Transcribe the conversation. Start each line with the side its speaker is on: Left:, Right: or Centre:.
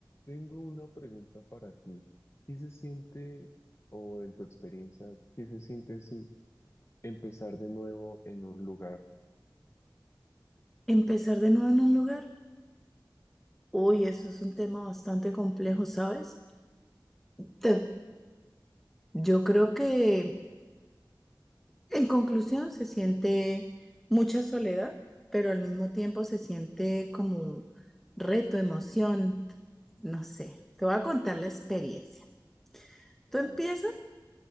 Left: Tengo una pregunta para ti. ¿Qué se siente, o en tu experiencia, qué se siente si empezar de nuevo en un lugar?
Centre: Empezar de nuevo en un lugar, uy, eso es un tema bastante complejo, ¿sabes? Te- yo creo que en conclusión se siente mucha soledad, pero al mismo tiempo se siente como reto, emoción, no sé. Te voy a contar la experiencia. Tú
Left: Vale.
Centre: empiezas,